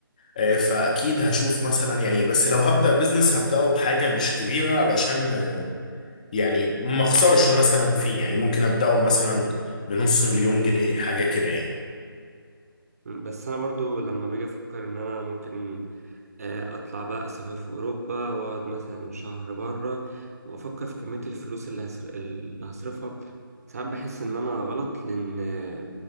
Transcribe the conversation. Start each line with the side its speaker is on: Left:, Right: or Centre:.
Left: آه، فاكيد هشوف مثلا يعني بس لو هبدأ بزنس هبدأه بحاجة مش كبيرة علشان آه، يعني ما اخسرش مثلا فيه يعني ممكن أبدأه مثلا بنص مليون جنيه حاجة كده يعني
Right: بس أنا برضو لما باجي أفكر إن أنا ممكن آه، اطلع بقى اسافر في اوروبا واقعد مثلا شهر بره وافكر في كميه الفلوس اللي هصر... اللي هصرفها ساعات بحس ان انا غلط لان آه،